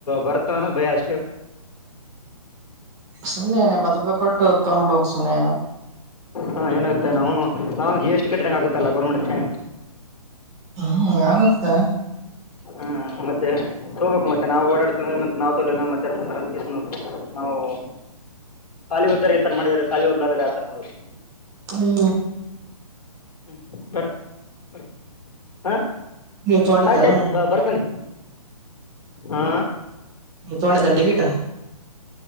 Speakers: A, on the left; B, on the right.
A: ಬರುತ್ತೆ ಅನ್ನೋ ಭಯ ಅಷ್ಟೇ.
B: ಸುಮ್ಮ್ನೆ ಏನ್ ಎಂಬತ್ ರೂಪಾಯಿ ಕೊಟ್ಟ ತಗೊಂಡ್ ಬಿಡಬೇಕು ಸುಮ್ನೆ ಏನು.
A: ಹಾ ಏನಾಗುತ್ತೆ ನಾವುನೂ ನಾನು ಜಿ ಎಸ್ ಟಿ ಕಟ್ಟಿದಂಗ ಆಗುತ್ತಲ್ಲ ಗೌರ್ಮೆಂಟ್ಕೆ.
B: ಹ ಆಗುತ್ತೆ
A: ಹ್ಮ ಮತ್ತೆ ತಗೋಬೇಕು ಮತ್ತೆ ನಾವ್ ಓಡಾಡ್ತೀವಲ್ಲ ಮತ್ತ್ ನಾವ್ ತೊಳಿಯಲ್ವಾ ಮತ್ಯಾರ್ ತಗೊಂತರೆ ಅಂತ ಹೇಳಿ ಸುಮ್ನಾಗ್ ಬೇಕು. ನಾವು ಓ ಸಾಲಿ ಓದ್ತಾರೆ ಈ ತರ ಮಾಡಿದ್ದಾರೆ ಸಾಲಿ ಊರ್ನವರು ಯಾವತರ ಮಾಡ್ಬೇಕು.
B: ಹ್ಮು
A: ಹ್ಮ್ ಬೇಡ ಬರ್ ಆ.
B: ನೀವ್ ತಗೊಂಡಿದ್ದಾನ
A: ಆಯ್ತಾಯ್ತು ಬ ಬರ್ತ್ನಲ್ಲಿ ಹಾ.
B: ನೀ ತಗೊಂಡಿದ್ದೇನೆ ಟಿಕೆಟಾ.